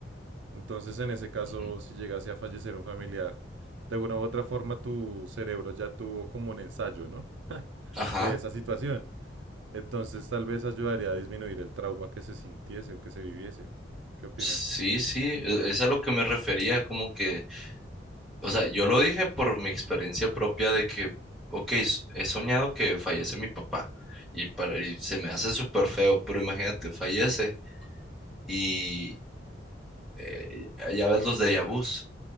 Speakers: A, on the right; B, in the centre.
A: Entonces, en ese caso,
B: Ujú.
A: si llegase a fallecer un familiar, de una u otra forma tu cerebro ya tuvo como un ensayo, ¿no?
B: Ajá,
A: De esa situación. Entonces, tal vez ayudaría a disminuir el trauma que se sintiese o que se viviese. ¿Qué opinas?
B: sí, sí, e- es a lo que me refería, como que O sea, yo lo dije por mi experiencia propia de que, ok, s- he soñado que fallece mi papá y, para, y se me hace súper feo, pero imagínate, fallece y eh, ya ves los déjà vus,